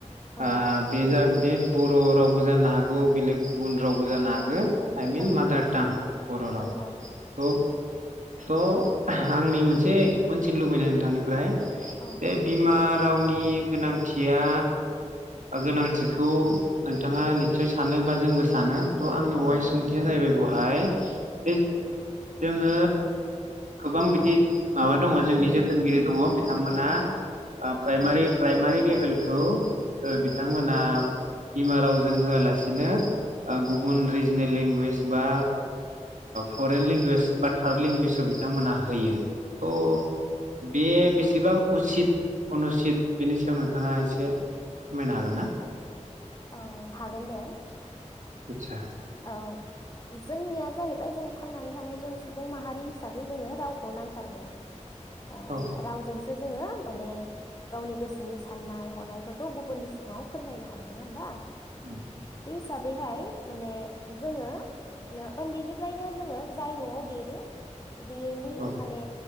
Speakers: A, on the left; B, on the right.
A: औ
B: ओ बे जा बे बर' रावबो जानो हागौ बेलेग गुबुन रावबो जानो हागो आइ मिन
A: औ
B: मादारटां बर' राव।
A: औ
B: थ' थ' आंनि मोनसे मोन्थिनो लुबैनाय नोंथांनिफ्राय
A: औ
B: ए बिमार रावनि गोनांथिया गोनांथिखौ नोंथाङा निस्सय सानो बा जोंबो सानो त' आंनि
A: औ
B: बहाय
A: औ
B: सोंथिया जाहैबाय दहाय दे जोङो गोबां बिदि माबा दङ जोंनि जोथोनगिरि दङ बिथांमोना ओ प्राइमारि प्राइमारि लेभेलखौ ओ
A: उम
B: बिथांमोना बिमा रावजों होआलासिनो गुबुन रिजनेल लेंगुवेज बा फरेन लेंगुवेज बा थार्ड लेंगुवेजाव बिथ बिथांमोना होयो त'
A: उम
B: बे बेसेबां उसित अनुसित बेनि सायाव नोंथाङा एसे फोरमायनो हागोन ना?
A: औ हागोन दे
B: आतसा
A: औ जोंनिया जाहैबाय जों थांनानै थानाय जों सुबुं माहारि हिसाबै जोङो रावखौ नांथारगौ ओ
B: औ
A: रावजोंसो जोङो माने गावनि गोसोनि साननाय हनायफोरखौ गुबुननि सिगाङाव फोरमायनो हायो नङा होमबा
B: नंगौ
A: बे हिसाबैहाय माने जोङो उन्दैनिफ्रायनो जोङो जाय न'आव देरो बेनि
B: औ
A: माने